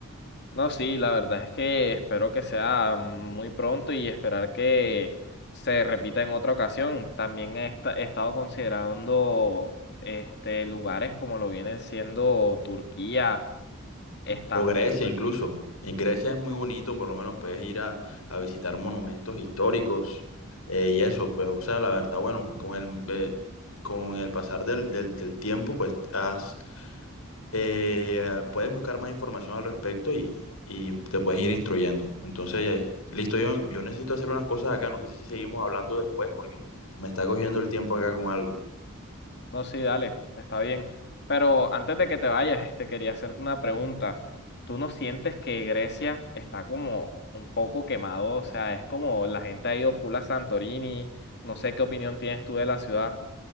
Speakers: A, on the left; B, on the left.
A: no, sí, la verdad es que espero que sea muy pronto y esperar que se repita en otra ocasión. También he, esta- he estado considerando este lugares como lo vienen siendo Turquía, Estambul.
B: O Grecia incluso. En Grecia es muy bonito, por lo menos puedes ir a, a visitar monumentos históricos eh, y eso, pero, o sea, la verdad, bueno, con el, eh, con el pasar del, del, del tiempo, pues has eh, puedes buscar más información al respecto y, y te puedes ir instruyendo. Entonces, eh, listo, yo, yo necesito hacer unas cosas acá, no sé si seguimos hablando después porque me está cogiendo el tiempo acá con algo.
A: No, sí, dale, está bien. Pero antes de que te vayas, este, quería hacerte una pregunta. ¿Tú no sientes que Grecia está como un poco quemado? O sea, es como la gente ha ido full a Santorini. No sé qué opinión tienes tú de la ciudad.